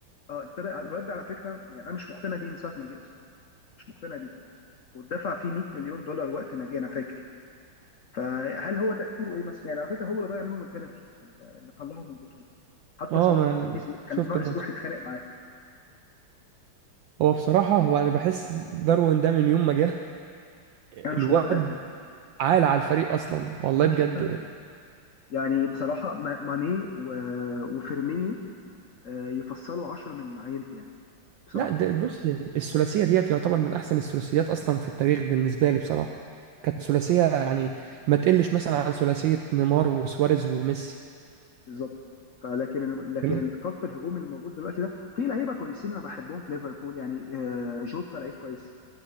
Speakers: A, on the left; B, on the right.
A: اه ابتدى يقعد- الواد ده على فكره يعني انا مش مقتنع بيه من ساعه ما جه اصلا مش مقتنع بيه واتدفع فيه 100 مليون دولار وقت ما جه انا فاكر فهل هو تأثيره ايه مثلا يعني على فكرة هو اللي ضيع منهم البنالتي اللي طلعهم من البطولة حتى
B: آه،
A: صلاح
B: ما
A: كان
B: شفت
A: ناقص
B: الماتش
A: يروح يتخانق معاه
B: هو بصراحه هو انا بحس داروين ده من يوم ما جه الواد
A: انا مش مقتنع بيه
B: عال على الفريق اصلا والله
A: انا
B: بجد
A: مش مقتنع بيه يعني بصراحة ما- ماني و- وفيرمينيو آه، يفصلوا 10 من عينته يعني بصراحة
B: لا ده بص الثلاثيه ديت يعتبر من احسن الثلاثيات اصلا في التاريخ بالنسبه لي بصراحه كانت ثلاثيه يعني ما تقلش مثلا عن ثلاثيه نيمار وسواريز وميسي
A: بالظبط فلكن لكن
B: كان
A: الخط الهجومي الموجود دلوقتي ده في لعيبة كويسين انا بحبهم في ليفربول يعني آه، جوتا لعيب كويس